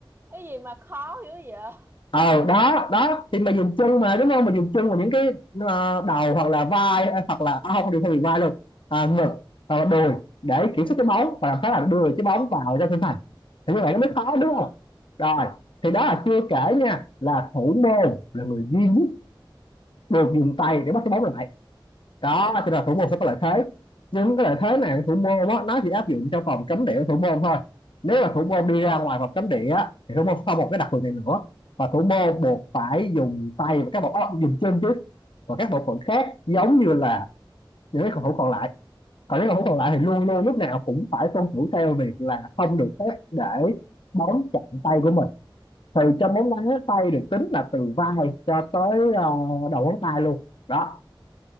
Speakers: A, on the right; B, on the left.
A: cái gì mà khó hiểu vậy
B: ờ đó đó thì mình dùng chân mà đúng không mình dùng chân vào những cái ờ, đầu hoặc là vai ờ, hoặc là à, không điều không bị vai luôn à, ngực hoặc là đùi để kiểm soát cái bóng và làm sao là đưa cái bóng vào trong khung thành thì như vậy nó mới khó đúng
A: ờ
B: không rồi thì
A: ờ
B: đó là chưa kể nha là thủ môn là người duy nhất được dùng tay để bắt cái bóng lại đó thì là thủ môn sẽ có lợi thế nhưng cái lợi thế này thủ môn á nó chỉ áp dụng trong vòng cấm địa của thủ môn thôi nếu mà thủ môn đi
A: ờ
B: ra ngoài vòng cấm địa á, thì thủ môn sẽ không một cái đặc quyền này nữa và thủ môn buộc phải dùng tay và các bộ óc dùng chân chứ và các bộ phận khác giống như là những cái cầu thủ còn lại còn những cầu thủ còn lại thì luôn luôn lúc nào cũng phải tuân thủ theo việc là không được phép để bóng chạm tay của mình thì trong bóng đá tay được tính là từ vai cho tới ờ, đầu ngón tay luôn đó